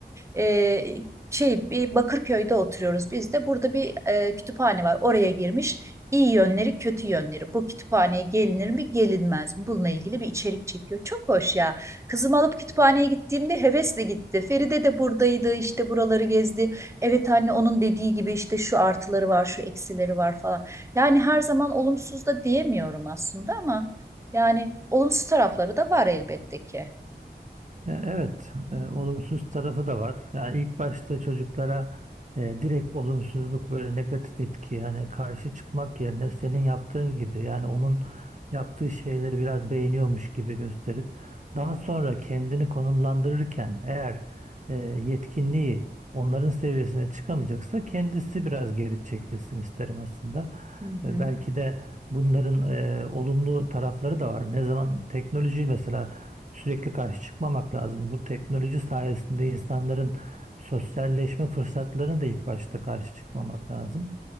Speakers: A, on the right; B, on the right.
A: e, şey bir Bakırköy'de oturuyoruz biz de. Burada bir e, kütüphane var. Oraya girmiş. İyi yönleri, kötü yönleri. Bu kütüphaneye gelinir mi, gelinmez mi? Bununla ilgili bir içerik çekiyor. Çok hoş ya. Kızımı alıp kütüphaneye gittiğimde hevesle gitti. Feride de buradaydı, işte buraları gezdi. Evet anne onun dediği gibi işte şu artıları var, şu eksileri var falan. Yani her zaman olumsuz da diyemiyorum aslında ama yani olumsuz tarafları da var elbette ki.
B: Ya Evet, e, olumsuz tarafı da var. Yani ilk başta çocuklara e, direkt olumsuzluk böyle negatif etki yani karşı çıkmak yerine senin yaptığın gibi yani onun yaptığı şeyleri biraz beğeniyormuş gibi gösterip daha sonra kendini konumlandırırken eğer e, yetkinliği onların seviyesine çıkamayacaksa kendisi biraz geri çekilsin isterim aslında.
A: Hı hı.
B: E, belki de bunların e, olumlu tarafları da var. Ne zaman teknoloji mesela sürekli karşı çıkmamak lazım. Bu teknoloji sayesinde insanların sosyalleşme fırsatlarına da ilk başta karşı çıkmamak lazım.